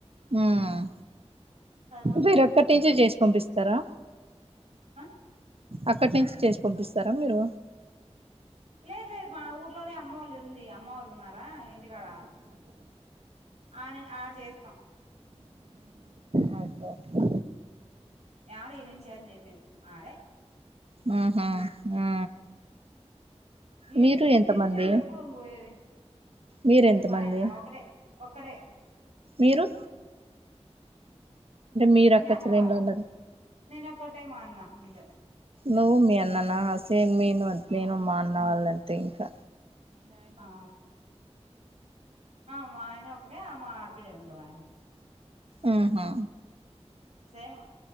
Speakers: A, on the right; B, on the right.
A: ఉమ్
B: సరిపోతది
A: మీరొక్కటి
B: ఇంగ మనకి
A: నుంచే చేసి పంపిస్తారా
B: ఆ
A: అక్కడి నుంచి చేసి పంపిస్తరా మీరు
B: లేదు లేదు మా ఊర్లోనే అమ్మ వాళ్ళు ఉంది అమ్మ వాళ్ళు ఉన్నారా ఇంటికాడ ఆనే ఆడ చేస్తాం
A: ఒక్కే
B: యాడ ఇనుంచాల చెప్ప ఆడ
A: ఆహ ఆ
B: ఎనించి
A: మీరు ఎంతమంది
B: చెప్పు ఇంకా ఎప్పుడు పోయేది
A: మీరెంతమంది
B: మా ఆయన ఒకడే ఒకడే
A: మీరు మీరు
B: అంటే
A: అక్క
B: అమ్మవారు
A: చెల్లెన్లు ఉన్నది
B: నేను ఓక్కటే మా అన్న అంతే
A: నువ్వు మీ అన్న నా సేమ్ మేము అంతే
B: ఆ
A: నేను మా అన్నా వాళ్ళు అంతే ఇంట్ల
B: ఆ ఆ మా ఆయన ఒకడే ఆ మా ఆడపిడ అండి ఇంకొకమే
A: ఉమ్ హా
B: సేమ్